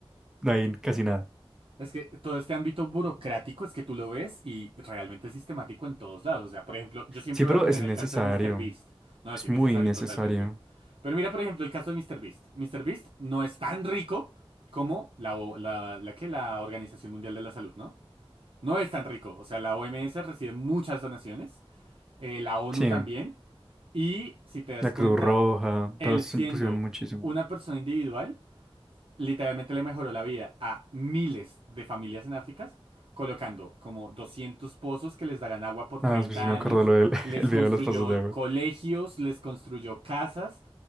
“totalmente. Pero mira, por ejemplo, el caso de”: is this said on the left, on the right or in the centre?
Right